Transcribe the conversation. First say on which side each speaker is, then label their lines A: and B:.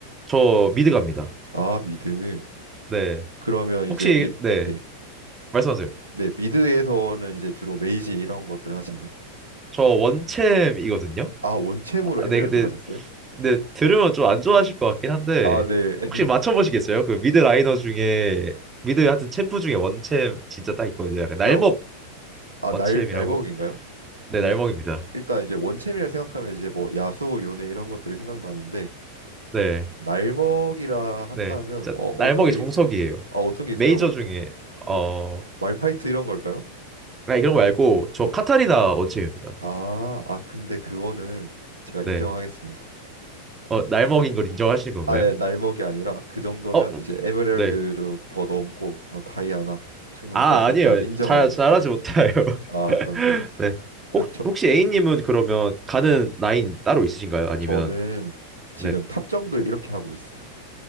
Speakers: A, on the right; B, on the right.
A: 저 미드 갑니다.
B: 아, 미드.
A: 네.
B: 그러면 이제
A: 혹시,
B: 미
A: 네.
B: 네.
A: 말씀하세요.
B: 네, 미드에서는 이제 주로 메이지 이런 것들 을 하시나요?
A: 저 원챔이거든요.
B: 아, 원챔으로
A: 아,
B: 에메랄드
A: 네, 근데,
B: 가셨어요?
A: 네, 들으면 좀 안 좋아하실 것 같긴 한데,
B: 아, 네. <laughs>
A: 혹시 맞춰보시겠어요? 그 미드 라이너 중에, 미드 하여튼 챔프 중에 원챔 진짜 딱 있거든요. 약간 날먹
B: 일단 아,
A: 원챔이라고.
B: 날 날먹인가요?
A: 네, 날먹입니다.
B: 일단 이제 원챔이라 생각하면 이제 뭐 야수, 요네 이런 것들이 생각나는데
A: 네,
B: 날먹이라 한다면
A: 네. 진짜
B: 어, 어떤
A: 날먹이
B: 게
A: 정석이에요.
B: 있어요? 아, 어떤 게 있을까요?
A: 메이저 중에, 어,
B: 말파이트 이런 걸까요?
A: 아, 이런 거 말고, 저
B: 네.
A: 카타리나 원챔입니다.
B: 아, 아 근데 그거는 제가 인정하겠습니다.
A: 네. 어, 날먹인 걸 인정하시는 건가요?
B: 아예 날먹이 아니라 그 정도면
A: 어,
B: 이제 에메랄드로
A: 네.
B: 더 넘고 뭐 다이아나 충분히
A: 아,
B: 갈 수
A: 아니에요.
B: 있다 인정합니다.
A: 잘, 잘하지
B: 저는.
A: 못해요. <laughs>
B: 아 그런가요?
A: 네.
B: 아,
A: 혹,
B: 저
A: 혹시 A님은 그러면 가는 라인 따로 있으신가요? 아니면,
B: 저는 지금
A: 네.
B: 탑 정글 이렇게 하고 있어요.